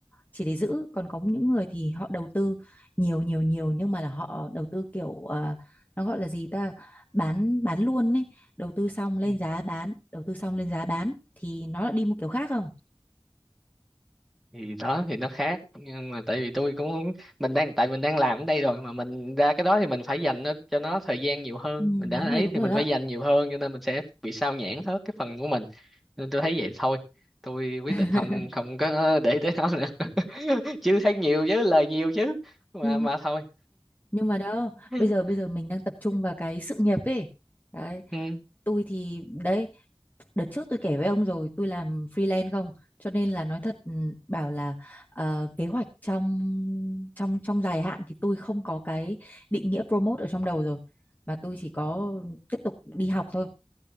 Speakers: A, on the left; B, in the centre.
A: chỉ để giữ còn có những người thì họ đầu tư nhiều nhiều nhiều nhưng mà là họ đầu tư kiểu ờ, nó gọi là gì ta bán bán luôn ấy đầu tư xong lên
B: ừ.
A: giá bán đầu tư xong lên giá bán thì nó lại đi một kiểu khác không
B: thì đó thì nó khác nhưng mà tại vì tôi cũng không- mình đang tại mình đang làm ở đây rồi mà mình ra cái đó thì mình phải dành nó cho nó thời gian nhiều hơn
A: ừ,
B: mình đã
A: đúng
B: ấy
A: rồi đúng
B: thì
A: rồi
B: mình
A: đó
B: phải dành nhiều hơn cho nên mình sẽ bị sao nhãng hết cái phần của mình nên tôi thấy vậy thôi tôi quyết định
A: <laughs>
B: không không có để tới nó nữa <laughs> chứ thấy nhiều chứ lời nhiều chứ mà
A: Ừ,
B: mà thôi
A: nhưng mà đó
B: <laughs>
A: bây giờ bây giờ mình đang tập trung vào cái sự nghiệp ấy đấy
B: ừ.
A: tôi thì đấy đợt trước tôi kể với ông rồi tôi làm freelance không cho nên là nói thật ừ, bảo là ờ, kế hoạch trong trong trong dài hạn thì tôi không có cái định nghĩa promote ở trong đầu rồi mà tôi chỉ có tiếp tục đi học thôi